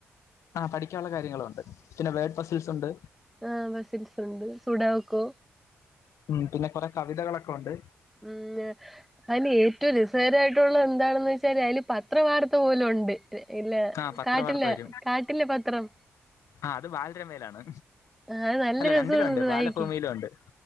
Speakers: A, on the left (about 80°); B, in the centre.
A: ആഹ് പഠിക്കാനുള്ള കാര്യങ്ങളുണ്ട് പിന്നെ വേർഡ് ഫസിൽസ് ഉണ്ട്
B: ആഹ ഫസിൽസുണ്ട് സുഡാക്കോ
A: ഉം പിന്നെ കൊറെ കവിതകളൊക്കെ ഉണ്ട്
B: ഉം അതിന് ഏറ്റവും രസകരായിട്ടുള്ള എന്താണെന്ന് വെച്ചാല് അതില് പത്ര വാർത്ത പോലും ഉണ്ട് ഇല്ല
A: ആ പത്രവാർത്ത
B: കാട്ടില്ല
A: വരും
B: കാട്ടിൽ പത്രം
A: ആ അത് ബാലരമയിലാണ്
B: ആ അത് നല്ല
A: അല്ല
B: രസവാണത്
A: രണ്ടിലുണ്ട്
B: വഴിക്കാൻ
A: ബാലഭൂമിയിലും ഉണ്ട്